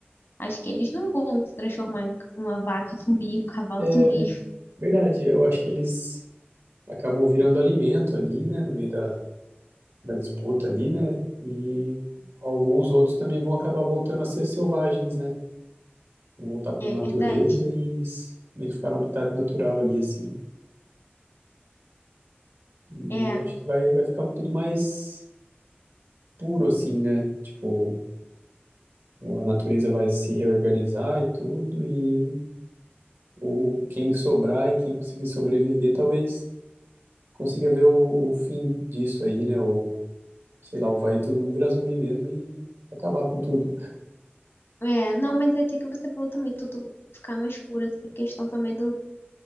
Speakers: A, on the left; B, on the right.
A: acho que eles não vão se transformar em uma vaca zumbi, um cavalo
B: é
A: zumbi. <laughs>
B: verdade. Eu acho que eles acabam virando alimento ali, né? No meio da, da disputa ali, né? E alguns outros também vão acabar voltando a ser selvagens, né? voltar para
A: É
B: a natureza
A: verdade.
B: e s- meio que ficar no habitat natural ali, assim. E
A: É.
B: eu acho que vai, vai ficar tudo mais puro, assim, né? Tipo, a natureza vai se reorganizar e tudo, e o, quem sobrar e quem conseguir sobreviver, talvez consiga ver o, o fim disso aí, né? Ou, sei lá, ou vai todo mundo virar zumbi mesmo e acabar com tudo.
A: É, não, mas é até que você falou também, tudo ficar mais puro, assim, questão também do